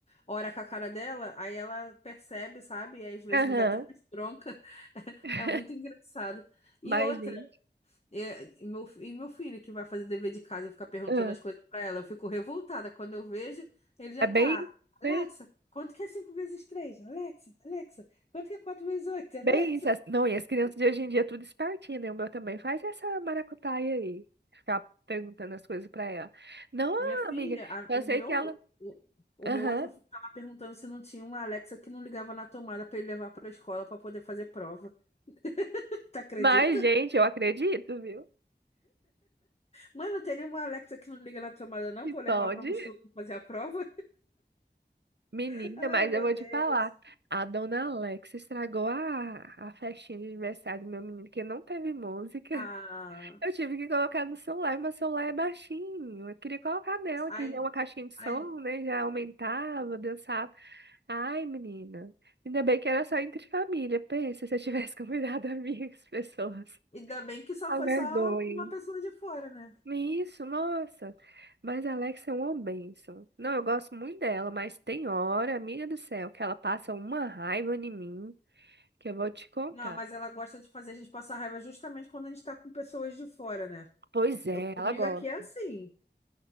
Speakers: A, on the left (about 35°); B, on the right (about 75°).
A: hora com a cara dela, aí ela percebe, sabe? E às vezes
B: aham.
A: me dá até mais bronca. <laughs>
B: <laughs>
A: É muito engraçado. E
B: Mas,
A: outra,
B: gente,
A: é, meu, e meu filho que vai fazer dever de casa e fica perguntando
B: ah,
A: as coisas pra ela, eu fico revoltada. Quando eu vejo, ele já
B: é
A: tá.
B: bem,
A: Alexa,
B: né?
A: quanto que é cinco vezes três? Alexa, Alexa, quanto que é quatro vezes oito? Alexa.
B: Bem isso. as- Não, e as crianças de hoje em dia é tudo espertinha, né? O meu também faz essa maracutaia aí. Ficar perguntando as coisas pra ela. Não,
A: Minha filha,
B: amiga,
A: a-
B: eu
A: o
B: sei
A: meu
B: que ela...
A: o, o
B: Aham.
A: meu outro filho tava perguntando se não tinha uma Alexa que não ligava na tomada para ele levar para a escola para poder fazer prova. <laughs> Tu acredita?
B: Mas, gente, eu acredito, viu?
A: Mãe, não tem nenhuma Alexa que não liga na tomada não,
B: Se
A: para eu levar
B: pode.
A: na mochila para fazer a prova?
B: Menina,
A: <laughs> Ai,
B: mas
A: meu
B: eu vou
A: Deus.
B: te falar. A dona Alex estragou a, a festinha de aniversário do meu menino, que não teve música.
A: Ah,
B: <laughs> Eu tive que colocar no celular, mas o celular é baixinho. Eu queria colocar nela, que
A: ai,
B: já é uma caixinha de som,
A: ai,
B: né? Já aumentava, dançava. Ai, menina. Ainda bem que era só entre família. Pensa se eu tivesse <laughs> convidado amigas, pessoas.
A: ainda bem que só foi
B: A vergonha.
A: só uma pessoa de fora, né?
B: Isso, nossa. Mas a Alexa é uma bênção. Não, eu gosto muito dela, mas tem hora, amiga do céu, que ela passa uma raiva em mim que eu vou te contar.
A: Não, mas ela gosta de fazer a gente passar raiva justamente quando a gente tá com pessoas de fora, né?
B: Pois é,
A: Eu- comigo
B: ela gosta.
A: aqui é assim.